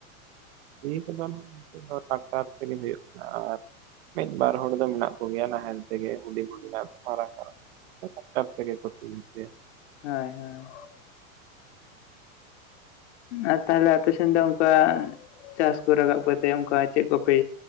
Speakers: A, on the right (about 45°); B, on the left (about 50°).
A: ᱥᱤ ᱠᱚᱫᱚ ᱱᱟᱦᱟᱜ ᱱᱤᱛᱚᱜ ᱫᱚ ᱴᱟᱠᱴᱟᱨ ᱛᱮ ᱜᱮ ᱦᱩᱭᱩᱜ ᱠᱟᱱᱟ ᱟᱨ ᱢᱤᱫ ᱵᱟᱨ ᱦᱚᱲ ᱫᱚ ᱢᱮᱱᱟᱜ ᱠᱚᱜᱮᱭᱟ ᱱᱟᱦᱮᱞ ᱛᱮᱜᱮ ᱦᱩᱰᱤᱧ ᱦᱩᱰᱤᱧ ᱟᱜ ᱢᱟᱨᱟᱝ ᱢᱟᱨᱟᱝ, ᱴᱨᱟᱠᱴᱟᱨ ᱛᱮ ᱜᱮ ᱠᱚ ᱥᱤ ᱦᱚᱪᱚᱭᱟ᱾
B: ᱦᱳᱭ ᱦᱳᱭ᱾ ᱟᱨ ᱛᱟᱦᱚᱞᱮ ᱟᱯᱮᱥᱮᱫ ᱫᱚ ᱚᱱᱠᱟ ᱪᱟᱥ ᱠᱚ ᱨᱟᱠᱟᱵ ᱠᱟᱛᱮᱜ ᱚᱱᱠᱟ ᱪᱮᱫ ᱠᱚᱯᱮ